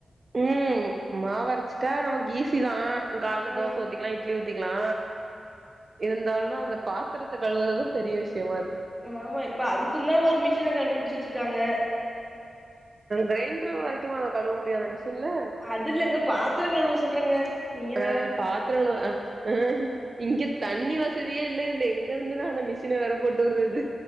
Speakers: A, on the right; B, in the centre.
A: உம் மா வரைச்சுட்டா நமக்கு ஈசிதா காலையில
B: ஆம்
A: தோச ஊத்திக்கலா இட்லி ஊத்திக்கலா இருந்தாலு அந்த பாத்திரத்தை கழுவுறதுதா பெரிய விஷியமா இருக்கு
B: ஆமா இப்ப அதுக்குன் தா ஒரு மிஷின கண்டுபுடிச்சு வச்சிருக்காங்க
A: கிரைண்டரு வரைகுமா கழுவ முடியு அந்த மிஷின்ல
B: அது இல்லங்க பாத்திரங்க கழுவ சொல்றங்க நீங்க
A: ஆ
B: வேற
A: பாத்தரங்க கழுவ ஆ அ இங்க தண்ணி வசதியே இல்ல இதுல எங்க இருந்துன்னா அந்த மிஷின வேற போட்டு உடுறது